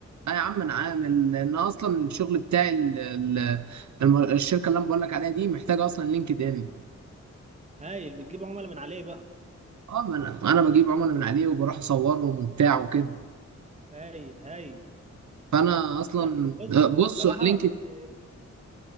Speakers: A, on the right; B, on the right.
A: اه يا عم انا عامل لان اصلا الشغل بتاعي ال- ال- الم- الشركه اللي انا بقول لك عليها دي محتاجه اصلا لينكد ان
B: هايل بتجيب عملاء من عليه بقى
A: اه ما انا انا بجيب عملاء من عليه وبروح اصورهم وبتاع وكده
B: هايل هايل
A: فانا اصلا
B: لا، بص
A: آه،
B: هو
A: بص
B: الصراحه
A: اللينكد
B: آه،